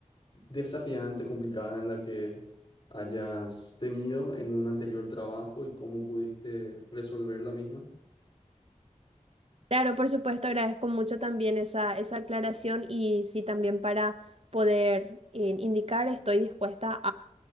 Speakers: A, on the left; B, on the right.
A: desafiante, complicada en la que hayas tenido en un anterior trabajo y cómo pudiste resolver la misma.
B: Claro, por supuesto, agradezco mucho también esa, esa aclaración y sí, también para poder eh, indicar, estoy dispuesta